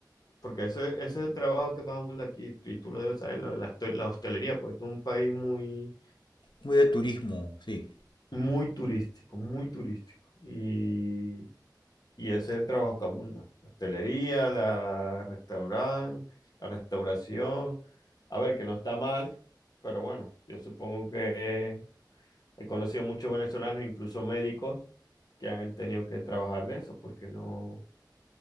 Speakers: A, on the left; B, on the left.
A: Porque ese, ese es el trabajo que más abunda aquí, y tú lo debes saber, lo de la, hostel- la hostelería, porque esto es un país muy,
B: Muy de turismo, sí.
A: muy turístico, muy turístico. Y, y ese es el trabajo que abunda. La hostelería, la restaurante, la restauración. A ver, que no está mal, pero bueno, yo supongo que he conocido muchos venezolanos, incluso médicos, que han tenido que trabajar de eso, porque no